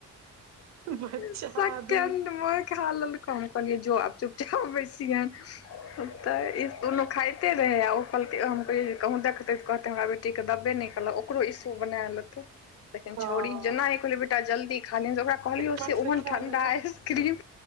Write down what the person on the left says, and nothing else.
सेकेंड
में खैय ललकौ हम कहलिए जो आप चुपचाप बैसिहियन त ई दुनू खाइते रहे आ ओल कहूँ देखते त कहते हमरा बे टी कऽ दबै नै केलक ओकरो ईसु बना लेते लेकिन
छोड़ी जेना हे कहलैय बेटा जल्दी खा लिहयन ओकरा कहलियो
से ओहन
ठंडा
आइसक्रीम